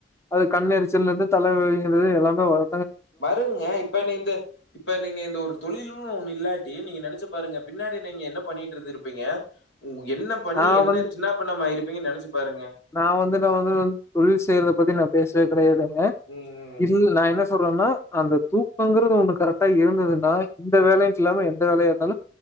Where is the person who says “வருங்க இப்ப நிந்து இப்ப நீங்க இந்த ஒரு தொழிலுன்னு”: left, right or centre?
Left